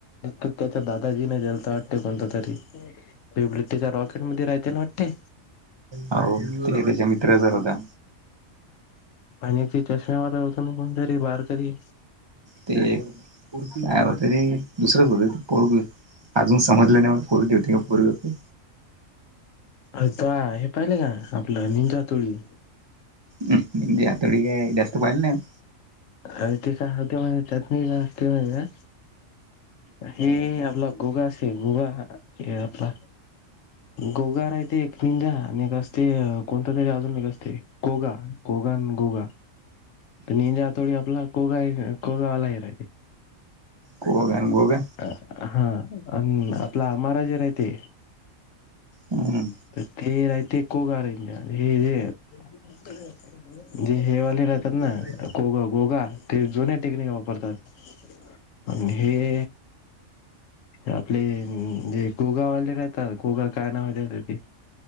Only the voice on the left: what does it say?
त्याच्या दादाजी नाही जलता वाटते कोणत तरी ते बुलेट्टीच्या रॉकेटमध्ये राहायते ना वाटते.
पाण्याची चष्मेवा होतं ना कोणतरी वारकरी
अता हे पाहिले का? आपलं निंजा हातोडी.
काय ते <unintelligible> हेच्यातनी हे असते माहित हाय? हे आपला गोगा असते गोगा हे आपला. गोगा राह ते एक निजा आणि एक ते कोणत तरी अजून एक असते कोगा. कोगा आणि गोगा. निंजा हातोडी आपला कोगा हाय का? कोगा आलाय <unintelligible>
अ हा आणि आपला माराजिरा हाय ते.
तर ते राहते कोगा निन्जा. हे जे <inaudible> म्हणजे हेवाले रहतेत
कोगा गोगा ते जुन टेक्निक वापरतात. <inaudible> आणि हे आपले जे गोगावाले काय तर गोगा काय नाव हाय त्याचं ते.